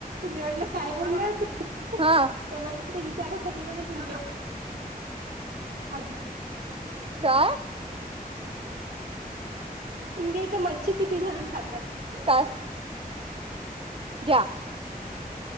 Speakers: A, on the right (about 80°); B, on the right (about 35°).
A: मी वाटलं काय बोलणारम्
B: हा.
A: तर मला ते विचारच होते पण तु मजा <unintelligible>
B: काय.
A: तुमजे इथे मच्छी किती जण खातात
B: काय द्या